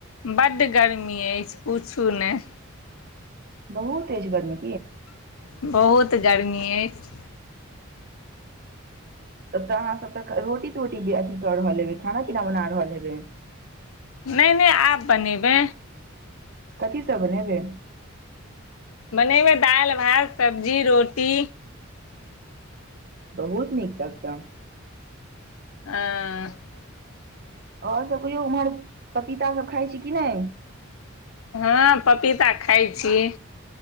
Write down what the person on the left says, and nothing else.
बढ़ गर्मी एई अछि पुछु नहि।
बहुत गर्मी अइछ।
नई नई आब बनेबे
बनेबे दाइल भात सब्जी रोटी।
हा।
हाँ पपीता खाय छी